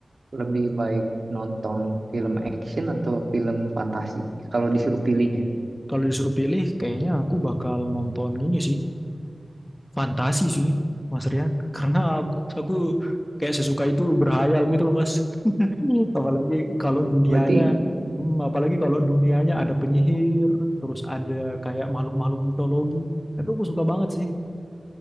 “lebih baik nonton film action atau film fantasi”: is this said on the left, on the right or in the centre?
Right